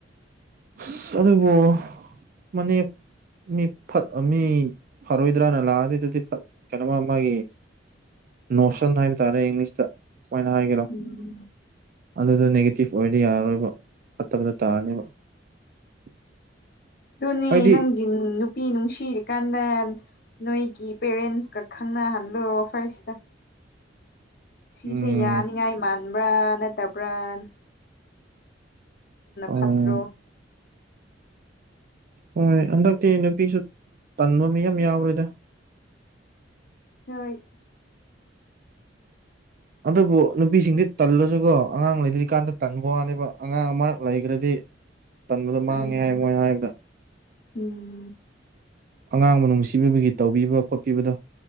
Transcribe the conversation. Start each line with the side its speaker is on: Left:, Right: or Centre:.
Right: ꯑꯁ ꯑꯗꯨꯕꯨ ꯃꯅꯦ ꯃꯤ ꯐꯠ ꯃꯤ ꯐꯔꯣꯏꯗ꯭ꯔꯅ ꯂꯥꯛꯑꯗꯤ ꯑꯗꯨꯗꯤ ꯀꯩꯅꯣꯃ ꯃꯥꯒꯤ ꯅꯣꯁꯟ ꯍꯥꯏꯕ ꯇꯥꯔꯦ ꯏꯪꯂꯤꯁꯇ ꯈꯣꯏꯅ ꯍꯥꯏꯒꯦꯔꯣ
Left: ꯎꯝ
Right: ꯑꯗꯨꯗ ꯅꯦꯒꯦꯇꯤꯞ ꯑꯣꯏꯗꯤ ꯌꯥꯔꯔꯣꯏꯕ ꯐꯠꯇꯕꯗ ꯇꯥꯔꯅꯤꯕ <inaudible>
Left: ꯗꯨꯟ
Right: ꯍꯥꯏꯗꯤ
Left: ꯗꯤꯡ ꯅꯨꯄꯤ ꯅꯨꯡꯁꯤꯔꯤꯀꯥꯟꯗ ꯅꯣꯏꯒꯤ ꯄꯦꯔꯦꯟꯁꯀ ꯈꯪꯅꯍꯟꯂꯣ ꯐꯔꯁꯇ꯫ ꯁꯤꯁꯦ
Right: ꯎꯝ
Left: ꯌꯥꯅꯤꯡꯉꯥꯏ ꯃꯥꯟꯕ꯭ꯔꯥ ꯅꯠꯇꯕ꯭ꯔꯥꯅ꯫
Right: ꯍꯣꯏ꯫
Left: ꯐꯠꯇ꯭ꯔꯣ
Right: ꯍꯣꯏ ꯍꯟꯗꯛꯇꯤ ꯅꯨꯄꯤꯁꯨ ꯇꯟꯕ ꯃꯤ ꯌꯥꯝ ꯌꯥꯎꯔꯦꯗ꯫
Left: ꯅꯣꯏ
Right: ꯑꯗꯨꯕꯨ ꯅꯨꯄꯤꯁꯤꯡꯗꯤ ꯇꯜꯂꯁꯨꯀꯣ ꯑꯉꯥꯡ ꯂꯩꯗ꯭ꯔꯤꯀꯥꯟꯗ ꯇꯟꯕ ꯋꯥꯅꯦꯕ ꯑꯉꯥꯡ ꯃꯔꯛ ꯂꯩꯈ꯭ꯔꯗꯤ꯫ ꯇꯟꯕꯗ ꯃꯥꯡꯉꯦ
Left: ꯎꯝ
Right: ꯍꯥꯏ ꯃꯣꯏ ꯍꯥꯏꯕꯗ꯫
Left: ꯎꯝ꯫
Right: ꯑꯉꯥꯡꯕꯨ ꯅꯨꯡꯁꯤꯕꯤꯕꯒꯤ ꯇꯧꯕꯤꯕ ꯈꯣꯠꯄꯤꯕꯗꯣ꯫